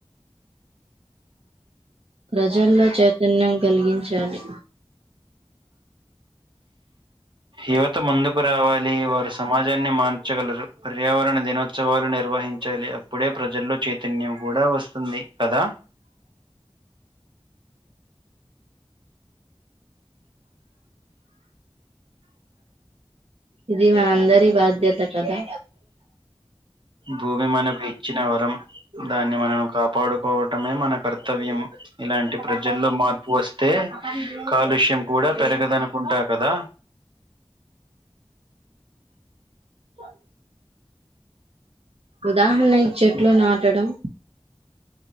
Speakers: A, on the right; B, on the right.
A: ప్రజల్లో చైతన్యం కలిగించాలి
B: యువత ముందుకు రావాలి వారు సమాజా ని మాన్చగలరు పర్యావరణ దినోచ్చవాలు నిర్వహించాలి అప్పుడే ప్రజల్లో చే తన్యం కూడా వస్తుంది కదా
A: ఇది మనందరి బాధ్యత కదా
B: భూమి మనకు ఇచ్చిన వరం దాన్ని మనను కాపాడు కోవటమే మన కర్తవ్యము ఇలాంటి ప్రజల్లో మార్పు వస్తే కాలుష్యం కూడా లేదనుకుంటా కదా
A: వా ఉదాహరణ ఇ చెట్లు నాటడం